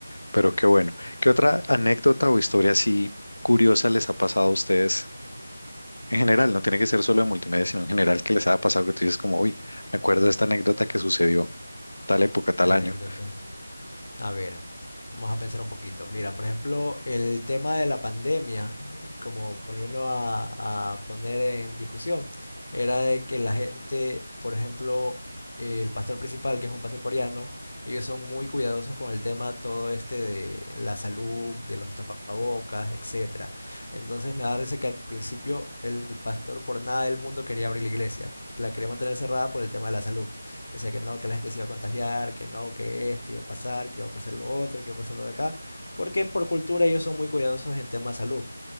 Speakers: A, on the left (about 60°); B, on the left (about 40°).
A: Pero qué bueno. ¿Qué otra anécdota o historia así curiosa les ha pasado a ustedes en general? No tiene que ser solo de multimedia, sino en general que les haya pasado que tú dices como, uy, me acuerdo de esta anécdota que sucedió tal época, tal
B: Anécdota.
A: año.
B: A ver, vamos a pensar un poquito. Mira, por ejemplo, el tema de la pandemia, eh, como ponerlo a, a poner en discusión, era de que la gente, por ejemplo, eh, el pastor principal, que es un pastor coreano, ellos son muy cuidadosos con el tema todo este de la salud, de los tapabocas, etcétera. Entonces me da risa que al principio el pastor por nada del mundo quería abrir la iglesia, la quería mantener cerrada por el tema de la salud. Decía que no, que la gente se iba a contagiar, que no, que esto iba a pasar, que iba a pasar lo otro, que iba a pasar lo de acá, porque por cultura ellos son muy cuidadosos en temas de salud.